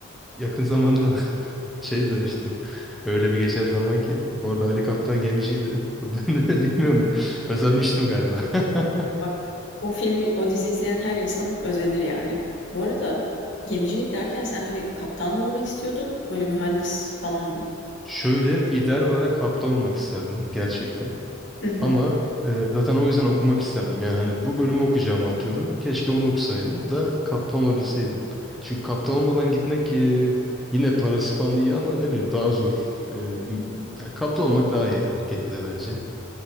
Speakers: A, in the centre; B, on the left.
A: yakın zamanda <laughs> şey demiştim. Öyle bir geçer zaman ki. Orada Ali Kaptan gemiciydi. <laughs> Bilmiyorum. Özenmiştim galiba. <laughs>
B: Bak o filmi, o dizi izleyen her insan özenir yani. Bu arada gemicilik derken sen hani kaptan mı olmak istiyordun, böyle mühendis falan mı?
A: Şöyle ideal olarak kaptan olmak isterdim. Gerçekten.
B: Hı hı.
A: Ama e, zaten o yüzden okumak isterdim. Yani hani bu bölümü okuyacağımı atıyorum. Keşke onu okusaydım da kaptan olabilseydim. Çünkü kaptan olmadan gitmek e, yine parası falan iyi ama ne bileyim daha zor. E, im- ya kaptan olmak daha iyi gemide bence.